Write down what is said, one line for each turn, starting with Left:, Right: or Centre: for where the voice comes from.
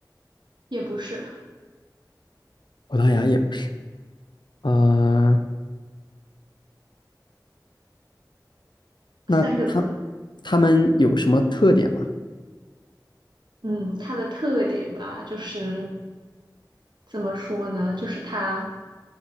Right: 也不是
Left: 葡萄牙也不是，呃，那它
Right: 三个字。
Left: 他们有什么特点吗？
Right: 嗯，它的特点吧，就是怎么说呢？就是它，